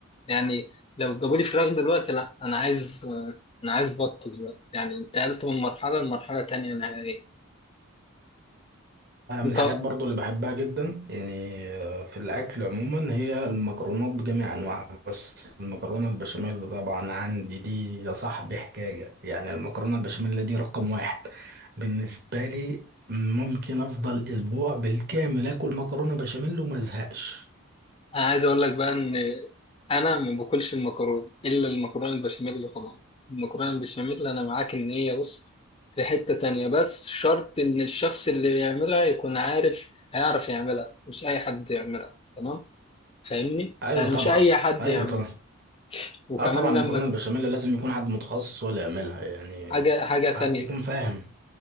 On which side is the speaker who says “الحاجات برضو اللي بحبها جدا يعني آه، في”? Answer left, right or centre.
Right